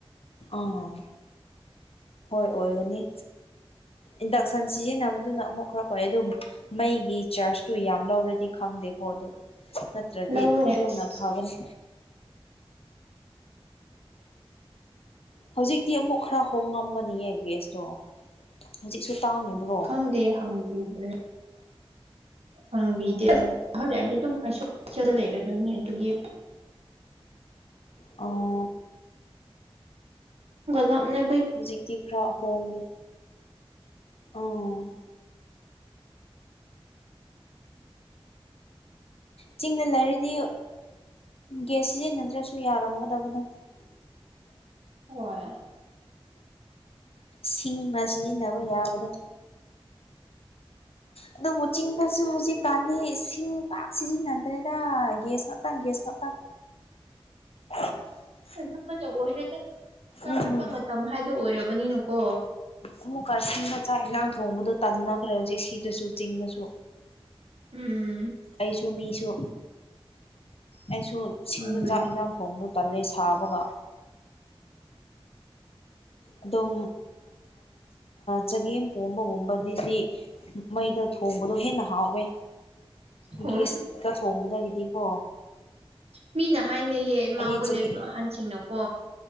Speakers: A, on the left; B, on the right.
A: ꯑꯥ ꯍꯣꯏ ꯑꯣꯏꯒꯅꯤ ꯏꯟꯗꯛꯁꯟ ꯁꯤꯖꯤꯟꯅꯕꯗꯨꯅ ꯑꯃꯨꯛ ꯈꯔ ꯄꯦ ꯑꯗꯨ ꯃꯩꯒꯤ ꯆꯥꯔꯖꯇꯨ ꯌꯥꯝ ꯂꯧꯔꯗꯤ ꯈꯪꯗꯦꯀꯣ ꯑꯗꯨ ꯅꯠꯇ꯭ꯔꯗꯤ
B: ꯂꯧꯋꯦ
A: ꯂꯨꯅ
B: ꯑꯁ
A: ꯐꯒꯅꯤ
B: <inaudible>
A: ꯍꯧꯖꯤꯛꯇꯤ ꯑꯃꯨꯛ ꯈꯔ ꯍꯣꯡꯉꯝꯒꯅꯤꯌꯦ ꯒ꯭ꯦꯁꯇꯣ ꯍꯧꯖꯤꯛꯁꯨ ꯇꯥꯡꯉꯦꯕ
B: ꯈꯪꯗꯦ ꯍꯪꯈꯤꯗꯔꯦ ꯍꯪꯕꯤꯗꯦ
A: ꯑꯣ
B: ꯑꯩ ꯍꯧꯔꯛꯑꯗꯤ ꯑꯗꯨꯝ ꯑꯩ ꯂꯩꯔꯗꯣꯏꯅꯦ ꯑꯗꯨꯒꯤ
A: ꯑ
B: ꯂꯝ ꯅ
A: ꯍꯧꯖꯤꯛꯇꯤ ꯈꯔ ꯑꯍꯣꯡꯉ ꯎꯝ ꯆꯤꯡꯗ ꯂꯩꯔꯗꯤ ꯒꯦꯁ ꯁꯤꯖꯤꯟꯅꯗ꯭ꯔꯁꯨ ꯌꯥꯔꯝꯒꯗꯕꯅꯦ
B: ꯍꯣꯏ
A: ꯁꯤꯡꯅ ꯁꯤꯖꯤꯟꯅꯕ ꯌꯥꯕꯗꯣ ꯑꯗꯨꯕꯨ ꯆꯤꯡꯗꯁꯨ ꯍꯧꯖꯤꯛꯀꯥꯟꯗꯤ ꯁꯤꯡ ꯄꯥꯛ ꯁꯤꯖꯤꯟꯅꯗ꯭ꯔꯦꯗ ꯒ꯭ꯌꯥꯁ ꯉꯥꯛꯇꯪ ꯒ꯭ꯌꯥꯁ ꯉꯥꯛꯇꯪ <inaudible>
B: ꯑꯗꯨ ꯐꯗ ꯑꯣꯏꯔ꯭ꯔꯦꯗ ꯆꯥꯎꯈꯠꯄ
A: ꯎꯝ
B: ꯃꯇꯝ ꯍꯥꯏꯗꯣ ꯑꯣꯏꯔꯕꯅꯤꯅꯀꯣ
A: ꯑꯃꯨꯛꯀꯁꯤꯡꯅ ꯆꯥꯛ ꯏꯟꯁꯥꯡ ꯊꯣꯡꯕꯗꯣ ꯇꯟꯅꯈ꯭ꯔꯦ ꯍꯧꯖꯤꯛ ꯁꯤꯗꯁꯨ ꯆꯤꯡꯗꯁꯨ
B: ꯎꯝ
A: ꯑꯩꯁꯨ ꯃꯤꯁꯨ ꯑꯩꯁꯨ ꯁꯤꯡꯗ
B: ꯑꯗꯨꯅꯦ
A: ꯆꯥꯛ ꯏꯟꯁꯥꯡ ꯊꯣꯡꯗ ꯇꯜꯂꯦ ꯁꯥꯕꯒ ꯑꯗꯨꯝ ꯆꯒꯦꯝ ꯄꯣꯝꯕꯒꯨꯝꯕꯗꯤ ꯁꯤ ꯃꯩꯗ ꯊꯣꯡꯕꯗꯣ ꯍꯦꯟꯅ ꯍꯥꯎꯋꯦ
B: ꯍꯣꯏ
A: ꯒꯦꯁꯇ ꯊꯣꯡꯕꯗꯒꯤꯗꯤꯀꯣ
B: ꯃꯤꯅ ꯍꯥꯏꯅꯩꯌꯦ ꯏꯃꯥꯈꯣꯏꯅꯁꯨ
A: ꯑꯩꯗꯤ ꯆꯒꯦ
B: ꯑꯍꯟꯁꯤꯡꯅꯀꯣ